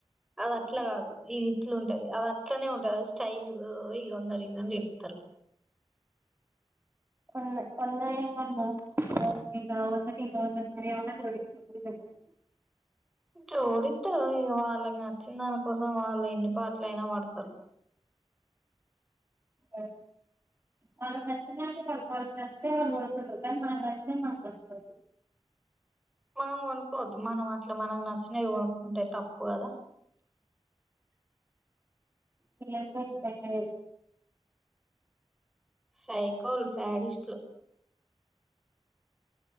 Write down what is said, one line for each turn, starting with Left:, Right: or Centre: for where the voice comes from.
Centre: అదట్ల కాదు ఇది ఇట్లు ఉంటది అదట్లనే ఉంటది అది స్టైల్ ఇగ వంద రీజన్లు చెప్త రు.
Right: వంద వందయేం కర్మ <unintelligible> వందకిగ ఎమన్నా పట్టించుకునేది లేదు
Centre: చోడిస్తారు. ఇగ వాళ్ళకి నచ్చిన దానికోసం వాళ్ళు ఎన్ని పాట్ల్ అయినా పడతారు
Right: అ వాళ్ళక్ నచ్చినదాన్ని వాళ్ళ వాళ్ళకి నచ్చతే వాళ్ళుకొనుకుంటరు కానీ మనకి నచ్చేతే మనం కొనుకు
Centre: మనం కొనుక్కోవద్దు మనమట్లా మనకు నచ్చిన్నేవి కొనుక్కుంటే తప్పు కదా
Right: వీళ్లయితే ఇక తగ్గలేరు
Centre: సైకోల్ స్యాడిస్ట్లు